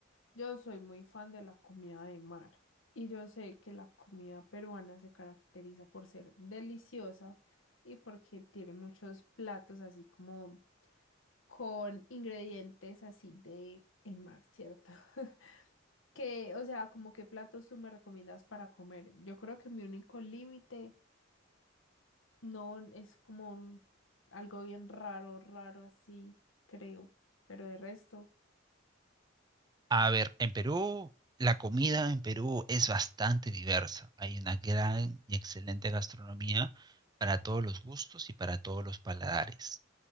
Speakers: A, on the left (about 85°); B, on the right (about 20°).
A: yo soy muy fan de la comida de mar. Y yo sé que la comida peruana se caracteriza por ser deliciosa y porque tiene muchos platos así como con ingredientes así de el mar, ¿cierto? <laughs> Que, o sea, como qué platos tú me recomiendas para comer. Yo creo que mi único límite No, es como un- algo bien raro, raro así, creo. Pero de resto,
B: A ver, en Perú, la comida en Perú es bastante diversa. Hay una gran y excelente gastronomía para todos los gustos y para todos los paladares.